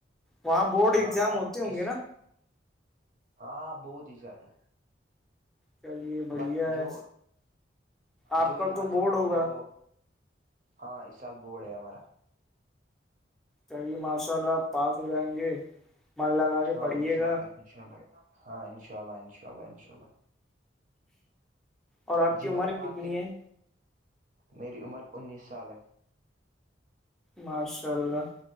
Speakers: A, in the centre; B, on the right (about 45°).
A: وہاں بورڈ اگزام
B: ہاں آپ
A: ہوتے ہوں
B: کس
A: گے نا
B: ہاں بہت ہی زیادہ
A: چلیے بڑھیا
B: بٹ جو
A: ہے آپ
B: جو یہاں
A: تو
B: کا بورڈ
A: ہوگا
B: ہے وہ ہاں اس سال بورڈ ہے ہمارا
A: چلیے ماشاء اللہ پاس ہو جائیں گے من لگا کے
B: ہاں
A: پڑھیے
B: اناء
A: گا
B: اللہ انشا اللہ ہاں ان شاء اللہ انش شاء اللہ انشاء اللہ
A: اور آپ
B: جی
A: کی عمر
B: بھائی جان آپ
A: کتنی
B: کیا
A: ہے
B: میری عمر انیس سال ہے
A: ماشاء اللہ